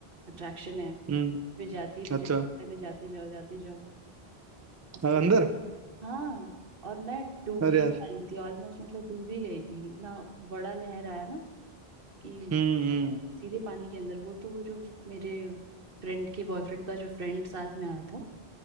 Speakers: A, on the right; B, on the right.
A: अट्रैक्शन है
B: हम्म
A: फिर जाती ही मुझे
B: अच्छा
A: मैं जाती जाओ जाती जाओ उसके
B: और अंदर
A: बाद हाँ और मैं डूबने
B: अरे
A: ही
B: यार
A: वाली थी ऑलमोस्ट मतलब डूब ही गई थी इतना बड़ा लहर आया ना कि
B: हम्म हम्म
A: सीधे पानी के अंदर वो तो वो जो मेरे फ्रेंड के बॉयफ्रेंड का जो फ्रेंड साथ में आया था